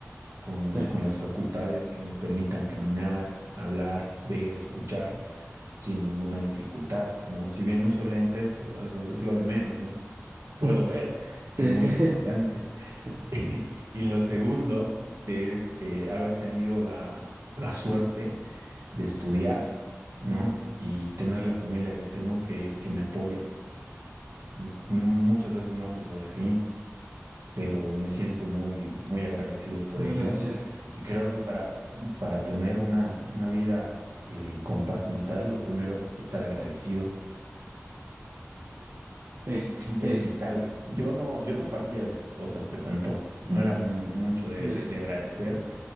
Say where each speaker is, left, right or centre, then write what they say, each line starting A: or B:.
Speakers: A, on the right (about 70°); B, on the right (about 50°).
A: Con,
B: sí,
A: con las facultades que me permitan caminar, hablar, ver, escuchar. sin ninguna dificultad, ¿no? Si bien uso lentes, pero eso es lo de menos, ¿no? Puedo
B: <laughs>
A: ver,
B: sí,
A: que es muy importante.
B: <laughs> sí,
A: <laughs> Y lo segundo es eh, haber tenido la, la suerte de estudiar, ¿no? Y tener la familia que tengo que, que me apoya. M- Muchas veces no sucede así, pero me siento muy, muy agradecido por
B: muy
A: ello.
B: gracias.
A: Y creo que para, para tener una, una vida eh, con paz mental, lo primero es estar agradecido
B: Sí, sí,
A: Es vital. Yo no, yo no partía de esas cosas, te cuento. No era muy mucho de,
B: no,
A: de- de agradecer,